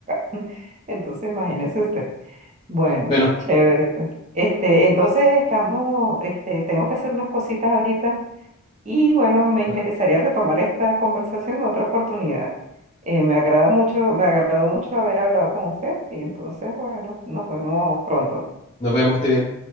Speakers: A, on the right (about 30°); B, on the left (about 25°).
A: ocupado. <laughs> Entonces, imagínese usted. Bueno,
B: Bueno,
A: chévere, pues. Este, entonces estamos, este, tengo que hacer unas cositas ahorita. Y bueno, me interesaría
B: te-
A: retomar esta conversación en otra oportunidad. Eh, me agrada mucho, me agradó mucho haber hablado con usted y entonces, bueno, nos vemos pronto.
B: Nos vemos, que esté bien.